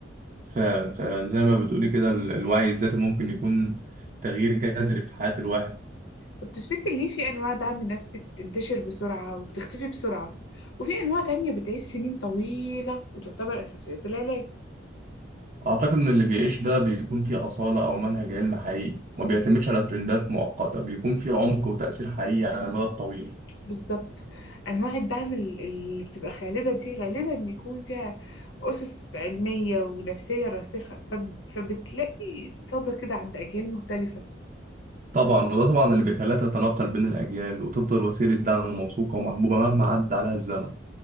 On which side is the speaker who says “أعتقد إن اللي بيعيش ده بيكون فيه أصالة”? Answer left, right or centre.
Right